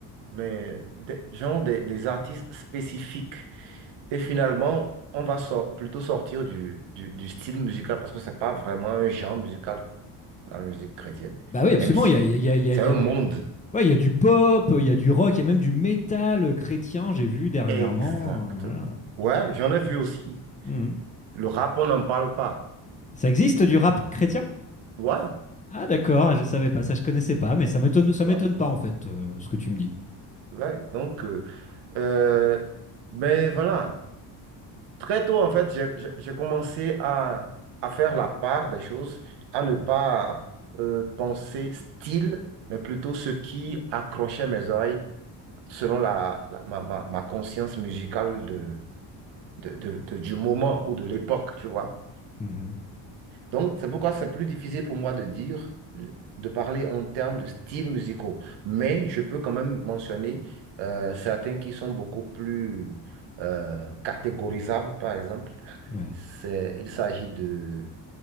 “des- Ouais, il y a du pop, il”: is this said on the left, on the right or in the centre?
Left